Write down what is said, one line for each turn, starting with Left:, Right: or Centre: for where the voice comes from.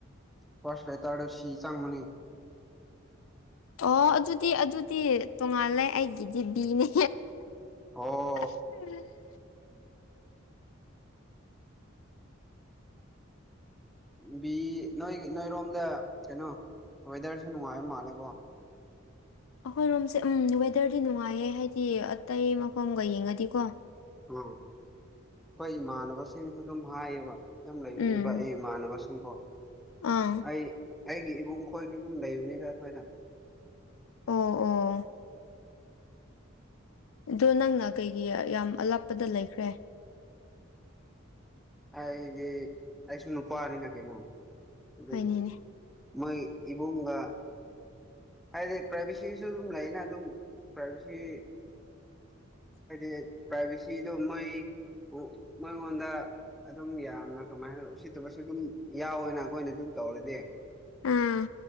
Centre: ꯐꯥꯔꯁ ꯂꯦꯇꯔꯗ ꯁꯤ ꯆꯪꯕꯅꯤ
Left: ꯑꯣ ꯑꯗꯨꯗꯤ ꯑꯗꯨꯗꯤ ꯇꯣꯉꯥꯜꯂꯦ ꯑꯩꯒꯤꯗꯤꯗꯤꯕꯤꯅꯦ
Centre: ꯑꯣ
Left: <inaudible>
Centre: ꯕꯤ ꯅꯣꯏ ꯅꯣꯏꯔꯣꯝꯗ ꯀꯩꯅꯣ ꯋꯦꯗꯔꯁꯨ ꯅꯨꯡꯉꯥꯏꯕ ꯃꯥꯜꯂꯀꯣ
Left: ꯑꯩꯈꯣꯏꯔꯣꯝꯁꯦ ꯎꯝ ꯋꯦꯗꯔꯗꯤ ꯅꯨꯡꯉꯥꯏꯌꯦ ꯍꯥꯏꯗꯤ ꯑꯇꯩ ꯃꯐꯝꯒ ꯌꯦꯡꯉꯗꯤꯀꯣ
Centre: ꯎꯝ ꯑꯈꯣꯏ ꯏꯃꯥꯟꯅꯕꯁꯤꯡꯅꯁꯨ ꯑꯗꯨꯝ ꯍꯥꯏꯌꯦꯕ ꯌꯨꯝ ꯂꯩꯅꯤꯡꯕ
Left: ꯎꯝ
Centre: ꯑꯩ ꯏꯃꯥꯟꯅꯕꯁꯤꯡꯀꯣ
Left: ꯑꯥ
Centre: ꯑꯩ ꯑꯩꯒꯤ ꯏꯕꯨꯡ ꯈꯣꯏꯗꯤ ꯑꯗꯨꯝ ꯂꯩꯕꯅꯤꯗ ꯑꯈꯣꯏꯅ
Left: ꯑꯣ ꯑꯣ ꯑꯗꯣ ꯅꯪꯅ ꯀꯩꯒꯤ ꯌꯥꯝ ꯑꯂꯥꯞꯄꯗ ꯂꯩꯈ꯭ꯔꯦ
Centre: ꯑꯩꯗꯤ ꯑꯩꯁꯨ ꯅꯨꯄꯥꯅꯤꯅ ꯀꯩꯅꯣ ꯑꯗꯨꯕꯨ
Left: ꯍꯥꯏꯅꯤꯅꯦ
Centre: ꯃꯣꯏ ꯏꯕꯨꯡꯒ ꯍꯥꯏꯗꯤ ꯄ꯭ꯔꯥꯏꯚꯦꯁꯤꯁꯨ ꯑꯗꯨꯝ ꯂꯩꯅ ꯑꯗꯨꯝ ꯄ꯭ꯔꯥꯏꯚꯦꯁꯤ
Left: <inaudible>
Centre: ꯍꯥꯏꯗꯤ ꯄ꯭ꯔꯥꯏꯚꯦꯁꯤꯗꯣ ꯃꯣꯏꯕꯨ ꯃꯣꯢꯉꯣꯟꯗ ꯑꯗꯨꯝ ꯌꯥꯝꯅ ꯀꯃꯥꯏꯅ ꯎꯁꯤꯠꯇꯕꯁꯨ ꯑꯗꯨꯝ ꯌꯥꯎꯋꯦꯅ ꯑꯩꯈꯣꯏꯅ ꯑꯗꯨꯝ ꯇꯧꯔꯗꯤ
Left: ꯑꯥ